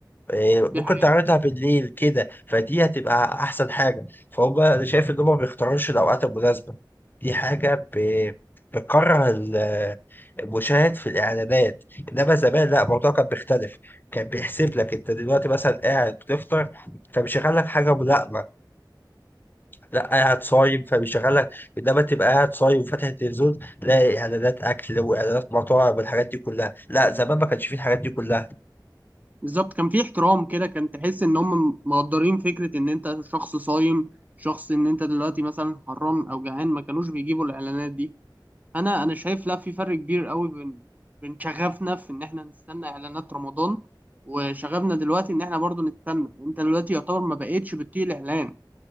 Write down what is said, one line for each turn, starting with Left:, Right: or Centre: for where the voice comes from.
Left: إيه، ممكن
Right: دي حقيقة
Left: تعرضها بالليل كده فدي هتبقى احسن حاجه فهم انا شايف ان هم ما بيختاروش الاوقات المناسبه دي حاجه ب... بتكره ال- المشاهد في الاعلانات انما زمان لا الموضوع كان بيختلف كان بيحسب لك انت دلوقتي مثلا قاعد بتفطر فبيشغل لك حاجه ملائمه لا قاعد صايم فبيشغل لك انما تبقى قاعد صايم وفاتح التلفزيون تلاقي اعلانات اكل واعلانات مطاعم والحاجات دي كلها لا زمان ما كانش فيه الحاجات دي كلها
Right: بالظبط كان في احترام كده كان تحس ان هم مقدرين فكرة ان انت شخص صايم شخص ان انت دلوقتي مثلا حران او جعان ما كانوش بيجيبوا الاعلانات دي انا انا شايف لا في فرق كبير قوي بين بين شغفنا في ان احنا نستنى اعلانات رمضان وشغفنا دلوقتي ان احنا برضو نستنى انت دلوقتي يعتبر ما بقتش بتطيق الاعلان